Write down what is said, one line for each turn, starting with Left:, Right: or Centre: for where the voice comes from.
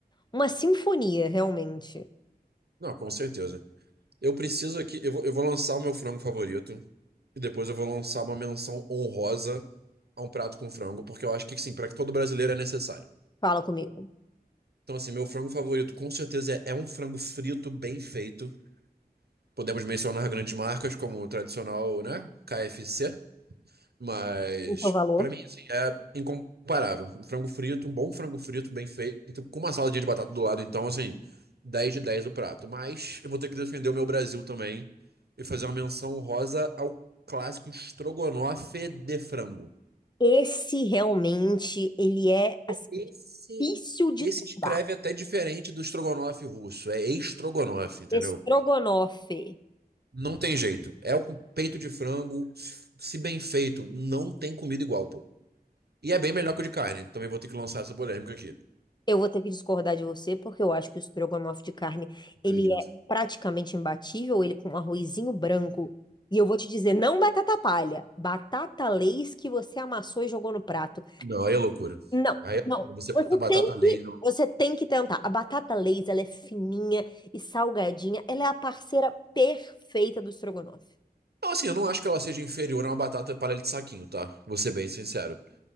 Left: uma sinfonia, realmente.
Right: Não, com certeza. Eu preciso aqui, eu vou, eu vou lançar o meu frango favorito. E depois eu vou lançar uma menção honrosa a um prato com frango, porque eu acho que, sim, para todo brasileiro é necessário.
Left: Fala comigo.
Right: Então, assim, meu frango favorito com certeza é, é um frango frito bem feito. Podemos mencionar grandes marcas como o tradicional, né? KFC, mas
Left: O seu valor?
Right: pra mim assim, é incomparável. Um frango frito, um bom frango frito bem feito, com uma saladinha de batata do lado, então assim, 10 de 10 o prato. Mas eu vou ter que defender o meu Brasil também e fazer uma menção honrosa ao clássico estrogonofe de frango.
Left: Esse realmente, ele é
Right: Pô,
Left: assim,
Right: Esse,
Left: difícil de
Right: esse
Left: tombar.
Right: escreve até diferente do estrogonofe russo, é estrogonofe, entendeu?
Left: Estrogonofe.
Right: Não tem jeito. É o com- peito de frango, se bem feito, não tem comida igual, pô. E é bem melhor que o de carne. Também vou ter que lançar essa polêmica aqui.
Left: Eu vou ter que discordar de você, porque eu acho que o estrogonofe de carne,
Right: Acredito.
Left: ele é praticamente imbatível, ele com um arrozinho branco. E eu vou te dizer, não batata palha, batata Lay's que você amassou e jogou no prato.
Right: Não, aí é loucura.
Left: Não,
Right: Aí é
Left: não.
Right: loucura. Você
Left: Você
Right: botar batata
Left: tem que,
Right: laser. Não,
Left: você tem que tentar. A batata Lay's, ela é fininha e salgadinha, ela é a parceira perfeita do estrogonofe.
Right: Então, assim, eu não acho que ela seja inferior a uma batata palha de saquinho, tá? Vou ser bem sincero.